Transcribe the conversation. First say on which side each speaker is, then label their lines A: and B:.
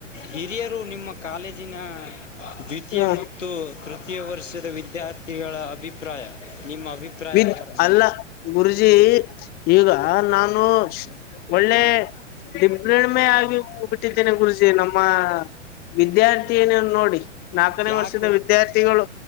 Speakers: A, on the left; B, on the left.
A: ಹಿರಿಯರು ನಿಮ್ಮ ಕಾಲೇಜಿನ ದ್ವಿತೀಯ
B: ಹ್ಮ
A: ಮತ್ತು ತೃತೀಯ ವರ್ಷದ ವಿದ್ಯಾರ್ಥಿಗಳ ಅಭಿಪ್ರಾಯ ನಿಮ್ಮ ಅಭಿಪ್ರಾಯ
B: ಬಿದ್
A: ಅವರ ಮೇಲೆ
B: ಅಲ್ಲ ಗುರುಜಿ ಈಗ ಹ ನಾನು ಒಳ್ಳೆ ದಿಬ್ಬ್ರಿಣ್ಮೆ ಆಗಿ ಹೋಗಿ ನೆ ಗುರುಜಿ ನಮ್ಮ ವಿದ್ಯಾರ್ಥಿನೀ ಅವ್ರ್ನ ನೋಡಿ ನಾಲ್ಕನೇ
A: ಯಾಕ
B: ವರ್ಷದ ವಿದ್ಯಾರ್ಥಿಗಳು